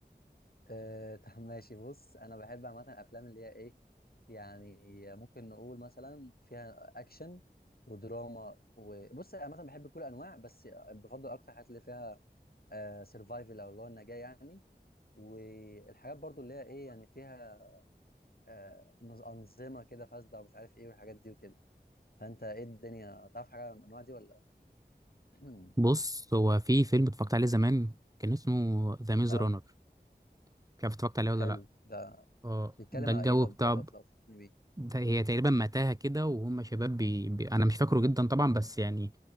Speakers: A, on the left; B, on the right.
A: <laughs> أه طب ماشي بص انا بحب عامه الافلام اللي هي ايه يعني ممكن نقول مثلا فيها اكشن ودراما وبص انا عامه بحب كل انواع بس بفضل اكتر الحاجات اللي فيها سرفايفل او اللي هو النجاه يعني والحاجات برضو اللي هي ايه يعني فيها آه، نظ- انظمه كده فاسده ومش عارف ايه والحاجات دي وكده فانت ايه الدنيا تعرف حاجه عن الانواع دي ولا <clears throat>
B: <laughs> بص هو في فيلم اتفرجت عليه زمان كان اسمه ذا ميز
A: اه
B: رانر مش عارف اتفرجت عليه
A: حلو
B: ولا لا
A: ده
B: اه
A: بيتكلم
B: ده الجو
A: على ايه طب
B: بتاع
A: دوت لو فكرني بيه
B: ده هي تقريبا متاهه كده وهم شباب بي... بي... انا مش فاكره جدا طبعا بس يعني